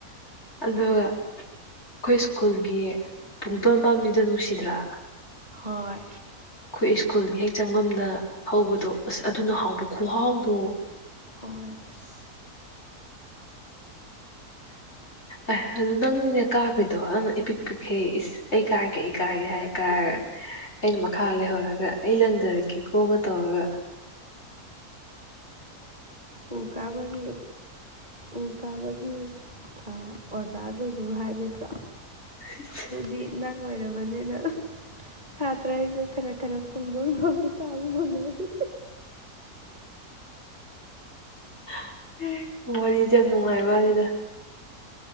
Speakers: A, on the left; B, on the right.
A: ꯑꯗꯨꯒ ꯑꯩꯈꯣꯏ ꯁ꯭ꯀꯨꯜꯒꯤ ꯄꯨꯡ ꯇꯣꯟ ꯄꯥꯝꯕꯤꯗꯣ ꯅꯨꯡꯁꯤꯗ꯭ꯔꯥ
B: ꯍꯣꯏ
A: ꯑꯩꯈꯣꯏ ꯁ꯭ꯀꯨꯜꯒꯤ ꯍꯦꯛ ꯆꯪꯐꯝꯗ ꯍꯧꯕꯗꯣ ꯑꯁ ꯑꯗꯨꯅ ꯍꯥꯎꯕ ꯈꯨꯍꯥꯎꯗꯣ
B: ꯍꯣꯏ ꯑꯁ
A: ꯑꯦ ꯑꯗꯨ ꯅꯪꯒꯤꯅꯦ ꯀꯥꯒ꯭ꯔꯤꯗꯣ ꯅꯪꯅ ꯏꯄꯤꯛ ꯄꯤꯛꯈꯩ ꯑꯩ ꯀꯥꯒꯦ ꯑꯩ ꯀꯥꯒꯦ ꯍꯥꯏꯔ ꯀꯥꯔꯒ ꯑꯩꯅ ꯃꯈꯥ ꯂꯩꯍꯧꯔꯒ ꯑꯩ ꯂꯪꯗꯔꯛꯀꯦ ꯀꯣ ꯇꯧꯔꯒ
B: ꯎ ꯀꯥꯕꯒꯤ ꯎ ꯀꯥꯕꯒꯤ ꯑꯥ ꯑꯣꯖꯥ ꯒꯨꯔꯨ ꯍꯥꯏꯒꯗ꯭ꯔꯣ
A: <unintelligible>
B: ꯗꯤ ꯅꯪ ꯑꯣꯏꯔꯕꯅꯤꯅ ꯁꯥꯇ꯭ꯔ ꯑꯩꯁꯨ ꯈꯔ ꯈꯔ ꯄꯨꯡꯗꯣꯟ ꯐꯥꯎꯗꯤ ꯀꯥꯕ ꯐꯪꯍꯧꯏ
A: <unintelligible> ꯋꯥꯔꯤꯁꯦ ꯌꯥꯝ ꯅꯨꯡꯉꯥꯏꯕ ꯋꯥꯅꯤꯗ